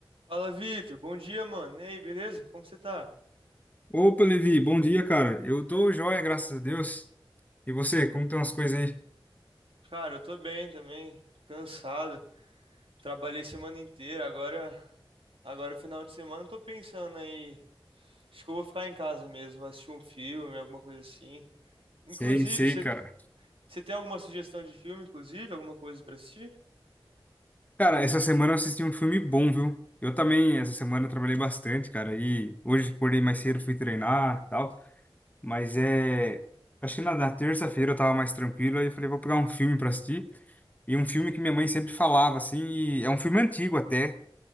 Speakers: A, on the right; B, on the left.
A: Fala, Vitor. Bom dia, mano. E aí, beleza? Como você tá?
B: Opa, Levi, bom dia, cara. Eu tô joia, graças a Deus. E você, como estão as coisas aí?
A: Cara, eu tô bem também. Cansado. Trabalhei semana inteira. Agora, agora final de semana, eu tô pensando aí. Acho que eu vou ficar em casa mesmo, vou assistir um filme, alguma coisa assim. Inclusive,
B: Sei, sei,
A: você
B: cara.
A: você tem alguma sugestão de filme, inclusive? Alguma coisa pra assistir?
B: Cara, essa semana eu assisti um filme bom, viu? Eu também, essa semana, eu trabalhei bastante, cara. E hoje acordei mais cedo, fui treinar e tal. Mas é. Acho que na, na terça-feira eu tava mais tranquilo. Aí eu falei, vou pegar um filme pra assistir. E um filme que minha mãe sempre falava, assim. E é um filme antigo até.